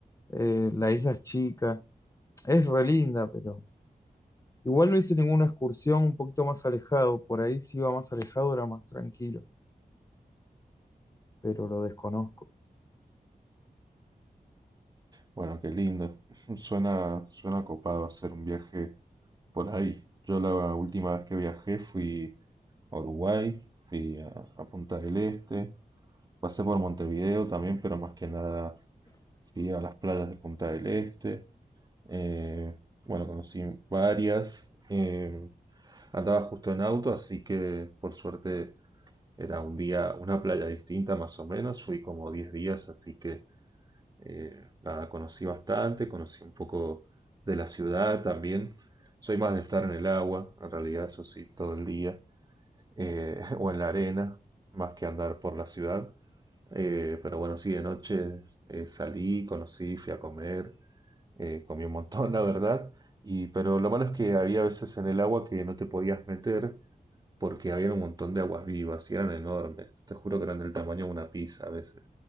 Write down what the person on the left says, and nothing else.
eh, la isla es chica. Es re linda, pero igual no hice ninguna excursión un poquito más alejado. Por ahí si iba más alejado era más tranquilo, pero lo desconozco.